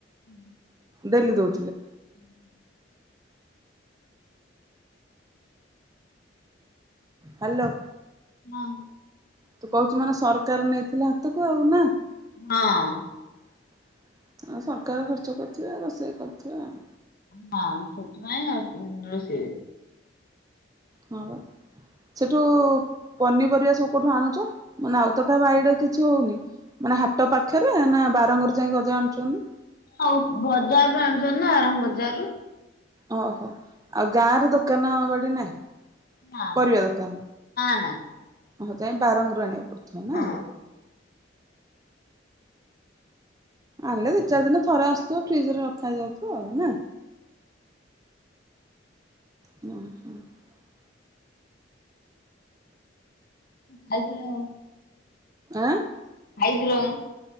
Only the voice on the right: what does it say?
ଡେଲି ଦଉ
ହାଲୋ,
ତୁ କହୁଛୁ ମାନେ ସରକାର ନେଇଥିଲେ ହାତକୁ ଆଉ ନା- ଆଉ
ସରକାର ଖର୍ଚ୍ଚ କରୁଥିବେ ରୋଷେଇ କରୁଥିବେ ଆଉ
ହଁ ବା ସେଠୁ ପନିପରିବା ସବୁ କଉଠୁ ଆଣୁଛ? ମାନେ ଆଉ ତ କାହା ବାଡି ରେ କିଛି ହଉନି। ମାନେ ହାଟ ପାଖରେ ନା ବାରଙ୍ଗରୁ ଯାଇ ଗଜା ଆଣୁଛନ୍ତି
ଓହୋ, ଆଉ ଗାଁ ର ଦୋକାନ ବାଡି ନାହିଁ।
ପରିବା ଦୋକାନ
ହଁ ଯାଇ ବାରଙ୍ଗରୁ ଆଣିବାକୁ ପଡୁଥିବ ନା?
ଆଣିଲେ ଦୁଇ ଚାରି ଦିନ ଥରେ ଆସୁଥିବ ଫ୍ରିଜରେ ରଖ ଖାଇ ଯାଉଥିବ ଆଉ। ନା? ହଁ ହୁଁ। <unintelligible>
ଆଁ